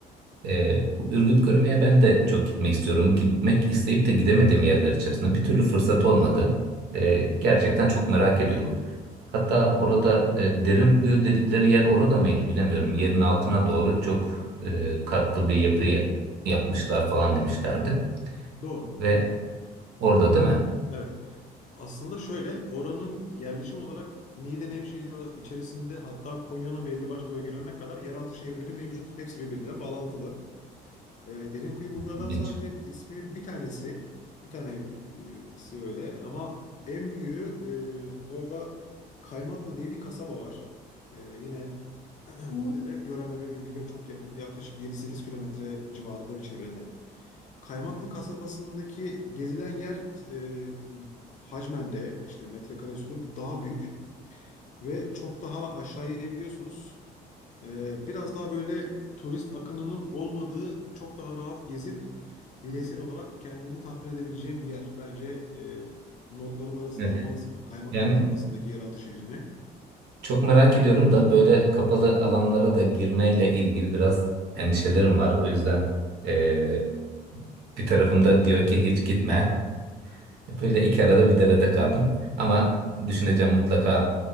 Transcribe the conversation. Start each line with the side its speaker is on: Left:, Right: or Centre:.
Right: Ee, Ürgüp Görüme'ye ben de çok gitmek istiyorum. Gitmek isteyip de gidemediğim yerler içerisinde bir türlü fırsat olmadı. Ee, gerçekten çok merak ediyorum. Hatta orada e, derin kuyu dedikleri yer orada mıydı bilemiyorum. Yerin altına doğru çok e, katlı bir yapı yapmışlar falan demişlerdi.
Left: Doğru.
Right: Ve orada değil mi?
Left: Evet. Aslında şöyle oranın yerleşim olarak Niğde Nevşehir ara- içerisinde hatta Konya'nın belli başlı bölgelerine kadar yeraltı şehirleri mevcut. Hepsi birbirine bağlantılı. Ee, Derinkuyu bunlardan
Right: İlginç.
Left: sadece ismi bir tanesi. Bir tanesi öyle ama en büyüğü e, orada Kaymaklı diye bir kasaba var. Ee, yine Hı. Niğde'de. Göreme ve Ürgüp'e çok yakın. Yaklaşık 7-8 kilometre civarında bir çevrede. Kaymaklı kasabasındaki gezilen yer e, hacmende işte metrekare usulü daha büyük ve çok daha aşağı inebiliyorsunuz. E, biraz daha böyle turist akınının olmadığı çok daha rahat gezip bireysel olarak kendini tatmin edebileceğin bir yer. Bence e, notların arasına
Right: Evet.
Left: almalısın Kaymaklı
Right: Yani
Left: kasabasındaki yeraltı şehrini.
Right: çok merak ediyorum da böyle kapalı alanlara da girmeyle ilgili biraz endişelerim var. O yüzden e, bir tarafımda diyor ki hiç gitme. Böyle iki arada bir derede kaldım. Ama düşüneceğim mutlaka